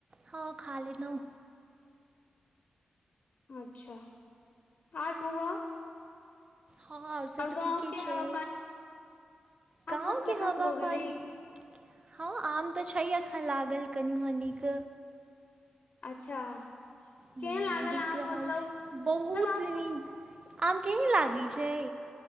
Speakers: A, on the right; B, on the left.
A: हँ खाली नय
B: अच्छा आर तु आर
A: हँ ओर सब तऽ
B: गाँव
A: ठीके
B: के
A: छै
B: हवा पानी
A: गाँव
B: आम सब खतम
A: के हवा
B: भऽ गेलै
A: पानी हँ आम तऽ छय अखन लागल कनि मनीक
B: अच्छा
A: ही
B: केहन लागल
A: बिक
B: आम
A: रहल
B: मतलब
A: छय बहुत
B: सब आम
A: नीक आम केहन लागैअ छै